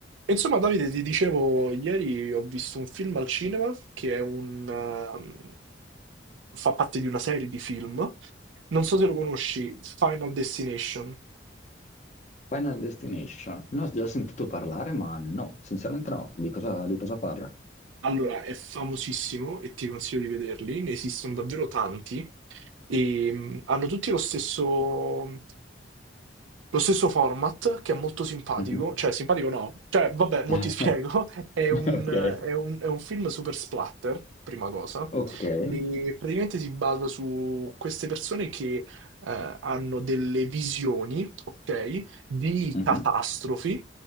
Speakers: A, on the right; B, on the left.
A: Insomma, Davide, ti dicevo, ieri ho visto un film al cinema che è un, ehm, fa parte di una serie di film. Non so se lo conosci, Final Destination.
B: Final Destination. Ne ho già sentito parlare, ma no, sinceramente no. Di cosa, di cosa parla?
A: Allora, è famosissimo e ti consiglio di vederli, ne esistono davvero tanti e mh, hanno tutti lo stesso, lo stesso format che è molto simpatico,
B: Mhm.
A: cioè simpatico no, cioè vabbè, mo
B: <laughs>
A: ti <laughs> spiego, è un,
B: Ok,
A: è un- è un film super splatter, prima cosa,
B: ok.
A: e praticamente si basa su queste persone che eh, hanno delle visioni, ok, di
B: Mhm.
A: catastrofi,